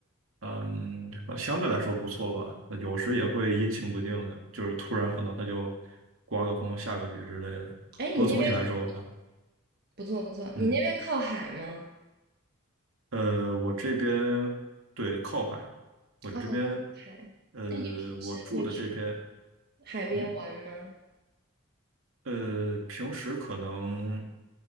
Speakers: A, on the right; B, on the right.
A: 嗯，呃相对来说不错吧，有时也会阴晴不定的，就是突然可能它就刮个风、下个雨之类的。
B: 哎，
A: 不过总体来说，
B: 你那边
A: 啊，
B: 不错不错，
A: 嗯。
B: 你那边靠海吗？
A: 呃，我这边对靠海，我这边
B: 啊，海那你平时会去？
A: 呃，我住的这边，
B: 海边玩吗？
A: 嗯，呃，平时可能